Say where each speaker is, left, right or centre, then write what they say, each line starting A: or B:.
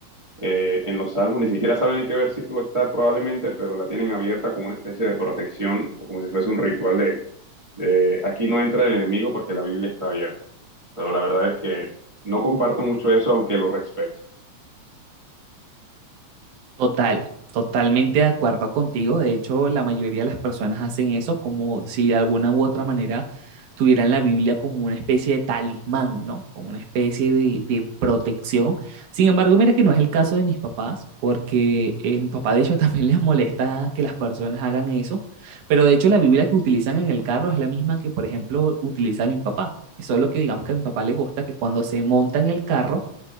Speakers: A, on the right (about 40°); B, on the right (about 85°).
A: eh, en los salmos, ni siquiera saben en qué versículo está probablemente, pero la tienen abierta como una especie de protección, o como si fuese un ritual de, de, aquí no entra el enemigo porque la Biblia está abierta. Pero la verdad es que no comparto mucho eso, aunque lo respeto.
B: Total, totalmente de acuerdo contigo. De hecho, la mayoría de las personas hacen eso como si de alguna u otra manera tuvieran la Biblia como una especie de talismán, ¿no? Como una especie de, de protección. Sin embargo, mira que no es el caso de mis papás, porque eh, mi papá de hecho <laughs> también les molesta que las personas hagan eso, pero de hecho la Biblia que utilizan en el carro es la misma que, por ejemplo, utiliza mi papá. Eso es lo que digamos que a mi papá le gusta, que cuando se monta en el carro,